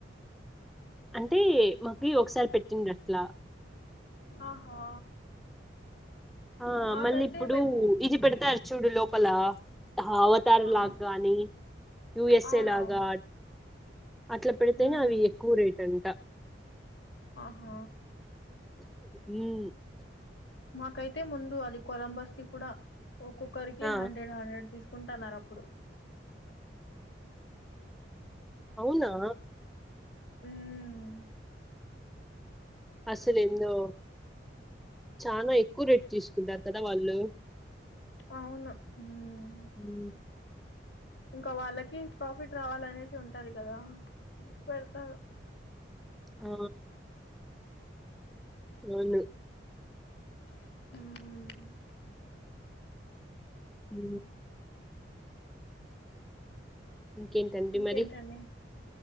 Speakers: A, in the centre; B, on the left (about 65°).
A: అంటే మాకి ఒకసారి పెట్టిండి అట్లా
B: ఆహా
A: ఆ
B: మాకైతే
A: మళ్ళీ ఇప్పుడు
B: మేము
A: ఇది పెడతారు చూడు లోపల అవతార్
B: ఆ
A: లాగా కాని యుయసేలాగా
B: అవునవును
A: అట్లా పెడితేనే
B: ఉమ్
A: అవి ఎక్కువ రేట్ అంట
B: ఆహ
A: ఉమ్,
B: మాకైతే ముందు అది కొలంబస్ కి కూడా ఒక్కొక్కరికి
A: ఆ
B: హండ్రెడ్ హండ్రెడ్ తీసుకు కుంటున్నారు అప్పుడు
A: అవునా
B: ఉమ్
A: అసలు ఎందో చాన ఎక్కువ రేట్ తీసుకుంటారు కదా వాళ్ళు
B: అవును ఉ
A: ఉ
B: ఇంక వాళ్ళకి ప్రాఫిట్ రావాలనేసి ఉంటది కదా పెడతను
A: ఆ అవును
B: ఉహు
A: ఉ ఇంకేంటండి
B: ఇంకేంటండి
A: మరి